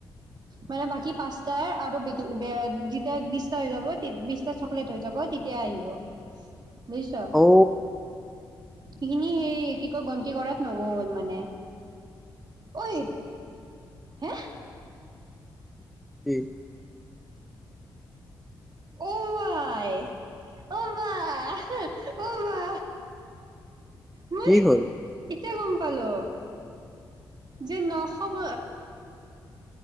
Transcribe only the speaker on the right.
মানে বাকী পাঁচাৰ আৰু যেতিয়া বিছটা হৈ যাব বিছটা চকলেট হৈ যাব তেতিয়া আহিব। বুজিছ,
সিখিনি সেই কি কয় গন্তি কৰাত নগল মানে, ঐ হে
অ'ৱাই অ'বা-অ'বা, মই
এতিয়া গ'ম পালো। যে ন'শ অহ